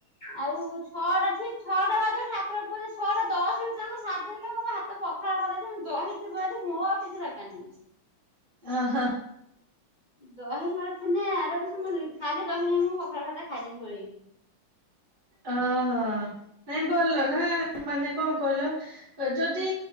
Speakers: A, on the left; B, on the right.
A: ଆଉ ଛଅଟା ଠିକ ଛଅଟା ବାଜିବ ଠାକୁର ପୂଜା ଛଅଟା ଦଶ ଭିତରେ ମୁଁ ସାରିଦେଇକି ମୋ ହାତ ପ ପଖାଳ କରିଦେଇଥିବ ଦହିଥିବ ଯଦି ମୁଁ ଆଉ କିଛି ଦରକାର ନାହିଁ।
B: ଓହୋ।
A: ଦହି ମୋର ଥିନେ ଆରମ ସେ ଖାଲି ଦହି ନଗେଇକି ମୁଁ ପଖାଳ ଭାତ ଖାଇଦେମି ଗୋଳେଇକି।
B: ଅହୋ ନାଇଁ ଭଲ ନା ମାନେ କଣ କହିଲ? ଯଦି